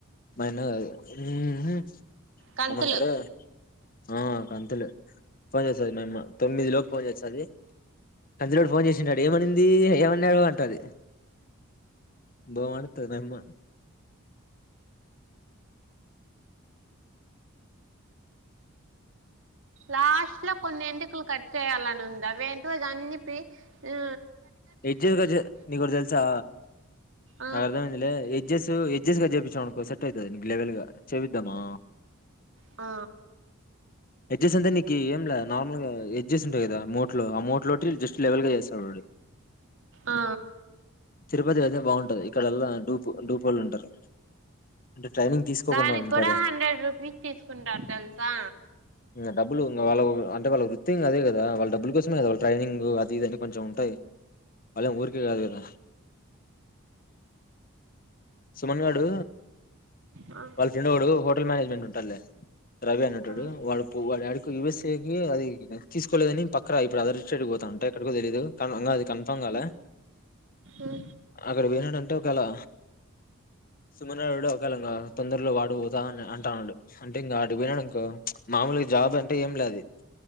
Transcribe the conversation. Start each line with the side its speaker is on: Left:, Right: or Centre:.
Left: మాయన్న కాదు ఉహు
Right: కంతులు
Left: ఏమంటరు ఆ కంతేలే ఫోన్ చేస్తది మేము తొమ్మిది లోపు ఫోన్ చేస్తది కందులోడు ఫోన్ చేసింటాడు ఏమనింది ఏమన్నాడు టది బా మాటాడుతది అయమ్మ
Right: లాస్ట్ లో కొన్ని ఎంటికలు కట్ చేయాలని ఉంది అదేంటో అన్ని పి ఉ
Left: ఎడ్జే కజ్ నీకు ఒకటి తెలుసా
Right: ఆ
Left: నాకు అర్థమయ్యిందిలే ఎడ్జెస్ ఎజెస్ కట్ చేపించామనుకో సెట్ అయితది కు లెవెల్ గా చేపిద్దామా
Right: ఆ
Left: ఎడ్జెస్ అంటే నీకీ ఏం లే నార్మల్ గా ఎడ్జస్ ఉంటయి గదా మోట్ లో ఆ మోట్ లో ట్రీ జస్ లెవెల్ గ చేస్తాడు వాడు
Right: ఆ
Left: తిరుపతి అయితే బాగుం ఇక్కడల్ల డూపు డూపోళ్ళు ఉంటరు అంటే ట్రైనింగ్ తీసుకోకుండ
Right: దానికి
Left: ఉంటది
Right: కూడా హండ్రెడ్ రూపీస్ తీసుకుంటారు తెలుసా
Left: ఇగ డబ్బులు ఇంగ వాళ్ళగు అంటే వాళ్ళ వృత్తి అదే గద వాళ్ళ డబ్బుల కోసమే కద వాళ ట్రైనింగ్ అది ఇది అని కొంచం ఉంటాయి వాల్లెం ఊరుకె కాదు గదా సుమన్ గాడు
Right: ఆ
Left: వాళ్ళ ఫ్రెండ్ ఒగడు హోటల్ మేనేజ్మెంట్ ఉంటడులే రవి అనేటోడు
Right: ఆ
Left: వాడు పువ యుఎస్ఏ కి అది తీసుకోలేదని పక్క ఇప్పుడు అదర్ స్టేట్కి పోత అంటే ఎక్కడికో తెలీదు కన్ ఇంగా అది కన్ఫర్మ్ కాలే
Right: ఉ ఉ
Left: అక్కడ పోయినాడంటే ఒకేలా సుమనగాడు ఒకేళ నా ఆ తొందరల్లో వాడు ఓతా అని అంటాండు అంటే ఇంగా ఆడు వినడు ఇంకా మాములుగా జాబ్ అంటే ఏంలే అది